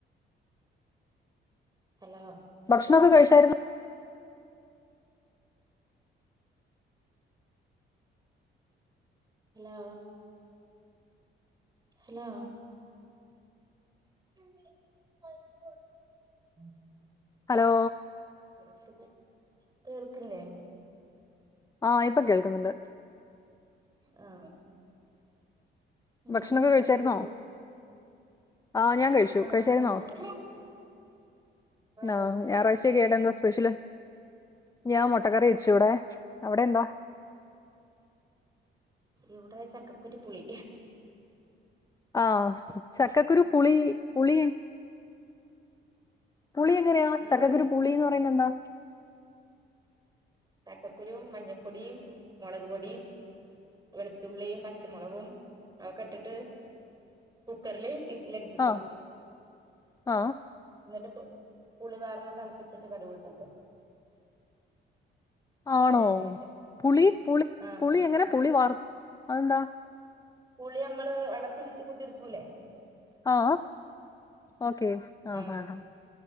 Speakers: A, on the right; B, on the left.
A: ഹലോ
B: ഭക്ഷണൊക്കെ കഴിച്ചായിരുന്നു
A: ഹലോ ഹലോ <unintelligible>
B: ഹലോ
A: പുറത്ത് കേൾക്ക്ല്ലേ
B: ആഹ് ഇപ്പൊ കേൾക്കുന്നുണ്ട്
A: ആ എന്ത്
B: ഭക്ഷണൊക്കെ കഴിച്ചായിരുന്നോ
A: കഴിച്ചോ
B: ആ ഞാൻ കഴിച്ചു
A: ആ
B: കഴിച്ചായിരുന്നോ
A: കഴിച്ച്
B: ആ
A: കഴിച്ച് എന്താ
B: ഞായറാഴ്ചക്കെ
A: കൂട്ടാനൊക്കെ
B: യായിട്ട് എന്താ സ്പെഷ്യല് ഞാൻ മൊ മുട്ട കറി വെച്ചൂടെ അവിടെ എന്താ
A: ഇവിടെ ചക്കക്കുരു പുളി
B: ആഹ ചക്കക്കുരു പുളി പുളിെ പുളി എങ്ങറെയാ
A: ആ
B: ചക്കക്കരു പുളിന്ന് പറയുന്നത് എന്താ
A: ചക്കക്കുരുയും മഞ്ഞപ്പൊടിയും മുളക് പൊടിയും വെളുത്തുള്ളും പച്ചമുളകും ഒക്കെ ഇട്ടിട്ട് കുക്കറിില് ലടിപ്പിക്കും
B: ആഹ് ആഹ്
A: എന്നിട്ട് പുളി വർന്ന് തിളപ്പിച്ചിട്ട് കടുപെട്ടിിക്ക
B: ആണോ
A: അതിന് ശേഷം
B: പുളി പുളി
A: ആഹ്
B: പുളി എങ്ങനെ പുളി വാർ ആന്താ
A: കൂളി നമ്മള് വളത്തിലിട്ട് കുതിർത്തൂല്ലേ
B: ആഹ ഓക്കെ ആഹ
A: ആഹ്
B: ഹഹ്